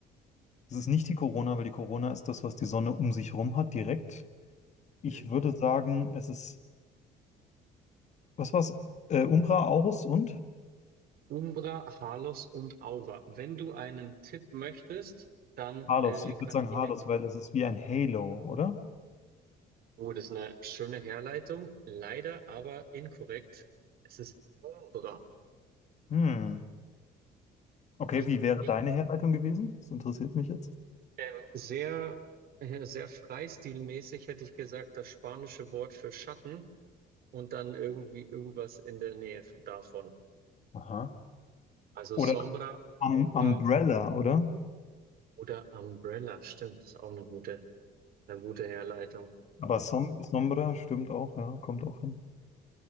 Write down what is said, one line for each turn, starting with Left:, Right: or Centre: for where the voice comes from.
Left: Es ist nicht die Corona, weil die Corona ist das, was die Sonne um sich herum hat, direkt. Ich
Right: Mhm.
Left: würde sagen, es ist, was war's? Äh, Umbra, Aurus und?
Right: Umbra, Halos und Aura. Wenn du einen Tipp möchtest, dann
Left: Halos.
Right: äh,
Left: Ich
Right: kann
Left: würde sagen
Right: ich ihn
Left: Halos,
Right: dir
Left: weil es ist wie ein Halo, oder?
Right: Oh, das ist eine schöne Herleitung. Leider aber inkorrekt. Es ist Umbra.
Left: Hm. Okay,
Right: Ich,
Left: wie wäre
Right: ich
Left: deine Herleitung gewesen? Das interessiert mich jetzt.
Right: ähm, sehr, äh, sehr freistilmäßig hätte ich gesagt, das spanische Wort für Schatten und dann irgendwie irgendwas in der Nähe von, davon.
Left: Aha.
Right: Also
Left: Oder
Right: Sombra,
Left: um,
Right: Umbra
Left: Umbrella, oder?
Right: oder Umbrella. Stimmt, das ist auch eine gute, eine gute Herleitung.
Left: Aber Som Sombra stimmt auch, ja, kommt auch hin.